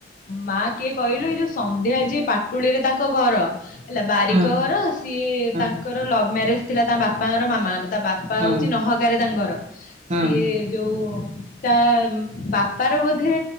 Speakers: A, on the left; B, on the right.
A: ମା କିଏ କହିଲୁ ଏଇ ଯୋଉ ସନ୍ଧ୍ୟା ଯିଏ ପାଟୁଳିରେ ତାଙ୍କ ଘର ହେଲା ବାରିକ
B: ହୁଁ
A: ଘର ସିଏ
B: ହୁଁ
A: ତାଙ୍କର ଲଭ ମ୍ୟାରେଜ ଥିଲା ତାଙ୍କ ବାପାର ମାମାଙ୍କର। ତା ବାପା
B: ହୁଁ
A: ହଉଚି ନହକାରେ ତାଙ୍କ ଘର।
B: ହୁଁ
A: ସିଏ ଯୋଉ ତା ବାପାର ବୋଧେ